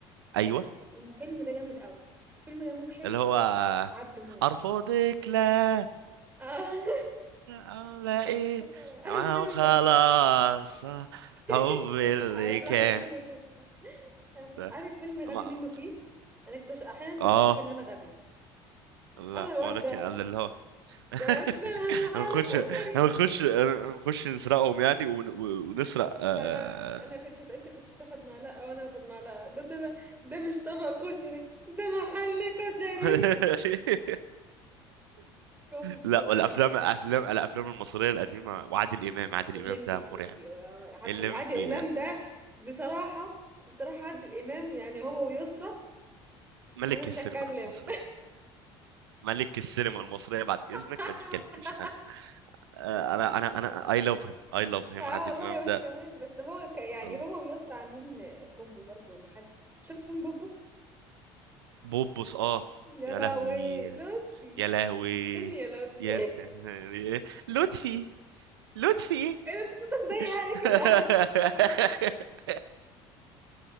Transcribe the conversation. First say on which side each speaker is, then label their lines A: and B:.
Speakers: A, on the right; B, on the right.
A: ايوه
B: الفيلم ده جامد أوي، الفيلم ده مضحك،
A: اللي هو
B: عبده موتة
A: ارفضك لا
B: آه،
A: ولا ايه
B: <laughs>
A: ما
B: 2006
A: هو خلاص
B: <laughs>
A: حب اللي
B: أفلام
A: كان
B: 2006
A: ده
B: عارف فيلم غبي
A: ما
B: منه فيه؟ أنا اكتش أحيانًا
A: اه
B: باكتشف إن أنا غبية.
A: لا
B: انا الواد
A: ولكن
B: ده
A: قال اللي هو <laughs>
B: ده طلع <laughs> محل
A: هنخش
B: كشري
A: هنخش هنخش نسرقهم يعني ون... ونسرق آه.
B: لا لا انا كنت انت كنت تاخد معلقه وانا اخد معلقه ده طلع ده مش طبق كشري ده محل كشري
A: <laughs>
B: <laughs> كوميدي
A: لا
B: فظيع
A: والافلام الافلام الافلام المصريه القديمه وعادل امام عادل
B: والليمبي
A: امام ده
B: الليمبي
A: مرعب
B: آه، عبد
A: الليمبي
B: عادل امام ده بصراحه بصراحه عادل امام يعني هو ويسرى
A: ملك
B: انا مش
A: السينما
B: هتكلم
A: المصري ملك السينما المصرية بعد إذنك
B: <laughs>
A: ما تتكلميش عنه آه، أنا أنا أنا I love him I love him
B: اه
A: عادل
B: والله
A: إمام
B: وانا
A: ده
B: كمان بس هو ك... يعني
A: والله
B: هو ويسرى عاملين كومبو برضو ما حد شفت فيلم بوبس
A: بوبوس آه
B: يا
A: يا
B: لهوي
A: لهوي
B: لطفي
A: يا لهوي
B: استني يا لطفي
A: يا <laughs> لطفي لطفي
B: ايه ده انت صوتك زي اهلي
A: <laughs>
B: كده <laughs> يخرب بيت.